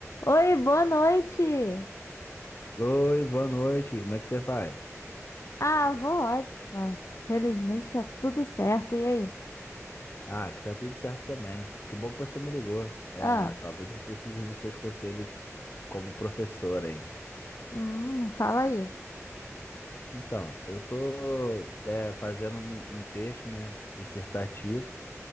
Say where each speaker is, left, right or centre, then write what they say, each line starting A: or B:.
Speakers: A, on the left (about 65°); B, on the left (about 40°).
A: Oi, boa noite.
B: Oi, boa noite. Como é que você vai?
A: Ah, vou ótima. Felizmente tá tudo certo. E aí?
B: Ah, aqui tá tudo certo também. Que bom que você me ligou. É,
A: Ah,
B: talvez eu precise dos seus conselhos como professor, hein?
A: hum, fala aí.
B: Então, eu tô é, fazendo um, um texto, né, dissertativo,